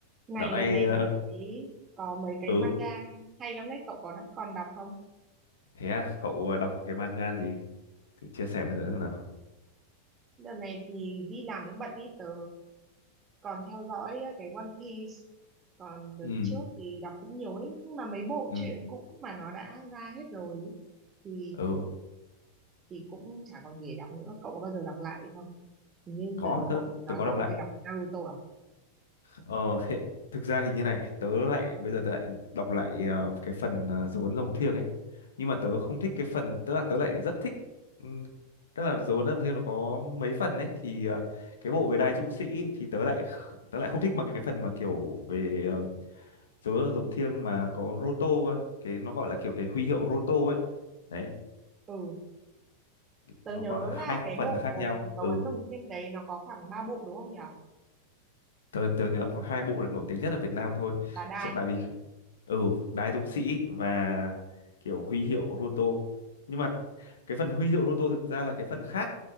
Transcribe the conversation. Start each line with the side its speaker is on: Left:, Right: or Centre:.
Right: Này
Left: Dạo này
Right: đợt này
Left: ờ,
Right: tớ thấy có mấy cái
Left: ừ
Right: manga hay lắm đấy, cậu có đã còn đọc không?
Left: thế à cậu ờ, đọc cái manga gì thử chia sẻ với tớ xem nào
Right: Đợt này thì đi làm cũng bận ý, tớ còn theo dõi à, cái One Piece. Còn đợt
Left: Ừ,
Right: trước thì đọc cũng nhiều ấy, nhưng mà mấy bộ
Left: ừ,
Right: truyện cũ mà nó đã ra hết rồi ý, thì
Left: ừ
Right: thì cũng chả còn gì để đọc nữa. Cậu có bao giờ đọc lại không? Hình như
Left: có
Right: tớ nhớ
Left: tớ
Right: cậu nói
Left: tớ có
Right: cậu
Left: đọc lại
Right: hay đọc Naruto à?
Left: ờ hiện thực ra thì như này tớ lại bây giờ tớ lại đọc lại ờ, cái phần ờ, dấu ấn rồng thiêng ấy nhưng mà tớ không thích cái phần tức là tớ lại rất thích ừm, tức là dấu ấn rồng thiêng nó có mấy phần ấy thì ờ, cái bộ về đai
Right: Ừ.
Left: dũng sĩ ấy, thì tớ lại kh- tớ lại không thích bằng cái phần mà kiểu về ờ, dấu ấn rồng thiêng mà có Roto cơ. cái nó gọi là kiểu cái huy hiệu Roto ấy đấy
Right: Ừ. Tớ
Left: nó
Right: nhớ
Left: có hai
Right: là cái
Left: phần
Right: bộ
Left: khác nhau
Right: dấu
Left: ừ
Right: ấn rồng thiên đấy nó có khoảng 3 bộ đúng không nhỉ?
Left: tớ tớ nhớ khoảng hai bộ là nổi tiếng nhất ở Việt Nam thôi
Right: Là Đai.
Left: Chắc tại vì ừ Đái Dũng Sĩ và kiểu huy hiệu Roto nhưng mà cái phần huy hiệu Roto thực ra là cái phần khác